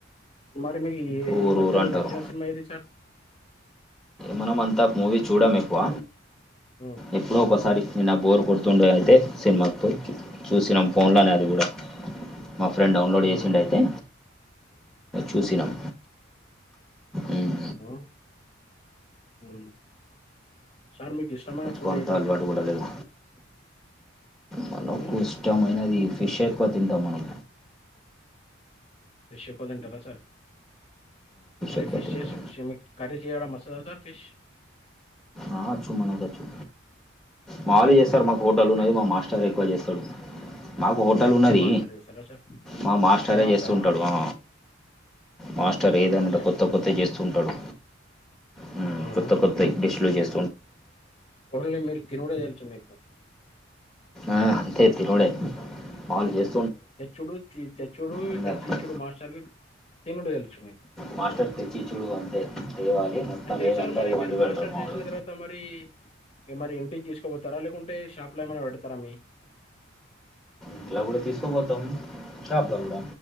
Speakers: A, on the left; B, in the centre.
A: మరి మీకి
B: ఊరు
A: ఈ మధ్యలో
B: ఊరు అంటారు
A: నచ్చిన సినిమా ఏది సార్
B: మనం అంతా మూవీ చూడం ఎక్కువ
A: ఉమ్
B: ఎప్పుడో ఒకసారి నిన్న బోర్ కొడుతుండే అయితే సినిమాకి పోయి చూసినాం ఫోన్లనే అది కూడా మా ఫ్రెండ్ డౌన్లోడ్
A: ఉమ్
B: చేసిండు అయితే చూసినాం ఉమ్.
A: హుమ్ హు సార్ మీ ఇష్టమైన
B: ఎక్కువ
A: ఫుడ్
B: అంత
A: ఏది
B: అలవాటు
A: సార్
B: కూడా లేదు మనకు
A: ఉమ్
B: ఇష్టమైనది ఫిష్ ఎక్కువ తింటాం మనం
A: ఫిష్ ఎక్కువ తింటారా సార్ మరి
B: ఎక్కువ
A: ఫిష్
B: తింటాం
A: చేసి మీక్ కర్రీ చేయడం వస్తదా సార్ ఫిష్
B: ఆ వచ్చు మనకచ్చు మావోలు చేస్తారు మాకు హోటల్ ఉన్నది
A: సార్
B: మాస్టర్ ఎక్కువ చేస్తారు చేస్తడు మాకు హోటల్ ఉన్నది
A: మాస్టర్ చేస్తారా సార్
B: మా మాస్టరే
A: ఆ
B: చేస్తుంటడు
A: సార్
B: ఆ మాస్టర్ ఎదైనా
A: అవునా సార్
B: కొత్త కొత్తవి చేస్తంటాడు హుమ్
A: ఉమ్
B: కొత్త కొత్తయి డిష్ లు చేస్
A: ఓన్లీ మీరు తినడే తెల్చు మీకు
B: ఆ అంతే తినుడే
A: ఉమ్,
B: మావాలు చేస్
A: తెచ్చుడు తెచ్చుడు
B: అందరు
A: తేచిచ్చుడు మాస్టర్ తినడు తెలుసు
B: మాస్టర్ తెచ్చిచ్చుడు అంతే తేవాలి మొత్తం
A: అయితే
B: ఏదంటే
A: సార్ మరి
B: అది
A: మీరు
B: వండి
A: మాస్టర్
B: పెడతాడు మా
A: చేసిన
B: వాడు
A: తర్వాత మరి మరి ఇంటికి తీసుకోపోతారా లేకుంటే షాప్ లో ఏమైనా పెడతారా మీ
B: ఇట్ల కూడా తీస్కా పోతాం షాప్ల కూడ